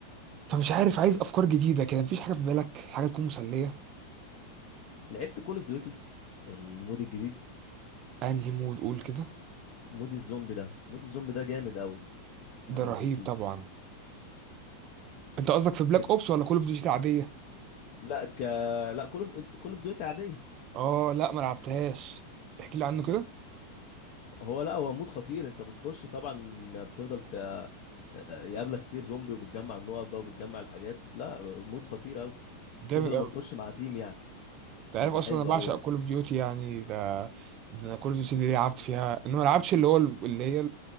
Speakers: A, on the right (about 35°); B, on the left (about 45°).
A: فمش عارف عايز افكار جديده كده مفيش حاجه في بالك حاجه تكون مسليه
B: لعبت كول اوف ديوتي المود الجديد
A: انهي مود قول كده
B: مود الزومبي ده مود الزومبي ده جامد قوي على
A: ده رهيب
B: البي سي
A: طبعا انت قصدك في بلاك
B: ب...
A: اوبس ولا كول اوف ديوتي عاديه
B: لا ك لا كول اوف كول اوف ديوتي عاديه
A: اه لا ما لعبتهاش احكي لي عنه كده
B: هو لا هو مود خطير انت بتخش طبعا بتفضل ت... آه، يقابلك كتير زومبي وبتجمع النقط بقى وبتجمع الحاجات لا مود خطير قوي
A: جامد
B: خصوصا لما تخش مع تيم يعني
A: انت
B: بيبقى
A: عارف اصلا
B: حلو
A: انا بعشق
B: قوي يعني
A: كول اوف ديوتي يعني ده ده انا كول اوف ديوتي دي لعبت فيها انا ما لعبتش اللي هو اللي هي